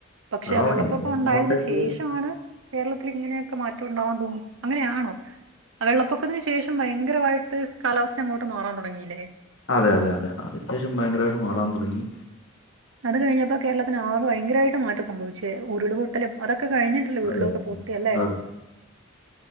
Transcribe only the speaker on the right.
പക്ഷേ
വെള്ളപ്പൊക്കം ഉണ്ടായതിന്
ശേഷമാണ് കേരളത്തിൽ ഇങ്ങനെയൊക്കെ മാറ്റം ഉണ്ടാവാൻ തോന്നു അങ്ങനെയാണോ? അ വെള്ളപ്പൊ ക്കത്തിന് ശേഷം ഭയങ്കരമായിട്ട് കാലാവസ്ഥ അങ്ങോട്ട് മാറാൻ തൊടങ്ങിയില്ലേ?
അത്കഴിഞ്ഞപ്പോ കേരളത്തിന് ആകെ ഭയങ്കരമായിട്ട് മാറ്റം സംഭവിച്ചു. പക്ഷെ ഉരുളു പൊട്ടലും അതൊക്കെ കഴിഞ്ഞിട്ടല്ലേ ഉരുളുക്കെ
പൊട്ടി അല്ലേ?